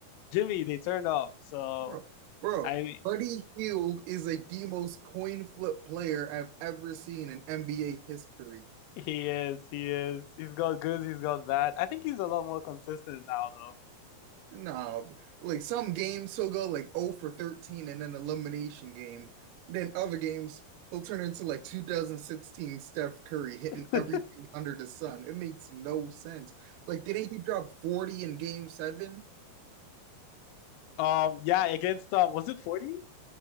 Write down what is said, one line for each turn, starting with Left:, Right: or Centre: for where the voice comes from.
Left: Jimmy, they turned off. So,
Right: Bro, bro,
Left: I
Right: Buddy Hield is like the most coin flip player I've ever seen in NBA history.
Left: He is, he is. He's got good, he's got bad. I think he's a lot more consistent now
Right: Nah, bro. like some games he'll go like 0 for 13 in an elimination game. Then other games he'll turn into like 2016 Steph Curry hitting
Left: though.
Right: everything
Left: <laughs>
Right: under the sun. It makes no sense. Like, didn't he drop 40 in game seven?
Left: Um, yeah, against um, was it 40?